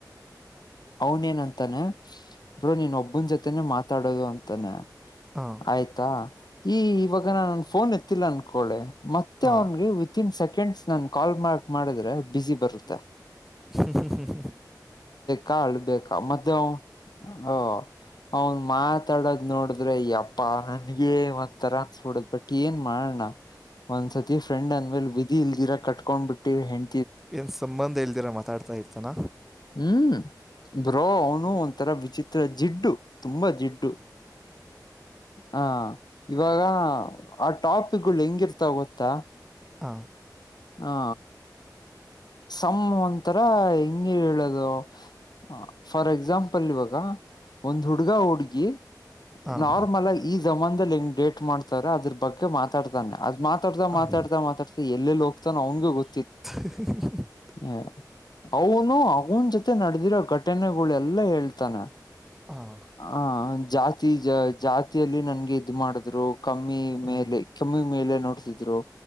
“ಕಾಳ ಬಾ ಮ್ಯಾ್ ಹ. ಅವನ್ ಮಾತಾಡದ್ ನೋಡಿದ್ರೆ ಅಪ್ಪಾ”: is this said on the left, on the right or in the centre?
Left